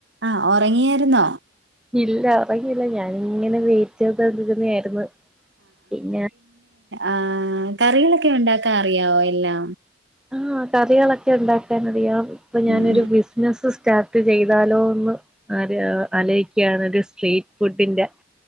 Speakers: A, on the right; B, in the centre.
A: ആഹ് ഒറങ്ങിയായിരുന്നോ?
B: ഇല്ല ഒറങ്ങിയില്ല ഞാനിങ്ങനെ വെയിറ്റെയ്തൊണ്ടിര്ന്നതായിരുന്നു പിന്നെ
A: ആഹ് കറികളൊക്കെ ഉണ്ടാക്കാ അറിയാവോ എല്ലാം?
B: ആഹ് കറികളൊക്കെ ഉണ്ടാക്കാനറിയാം ഇപ്പൊ ഞാനൊരു
A: ഉം ഉം
B: ബിസ് ബിസ്നസ്സ് സ്റ്റാർട്ട് ചെയ്താലോന്ന് ആര് അലൈക്കാണത് ഒരു സ്ട്രീറ്റ് ഫുഡിന്റെ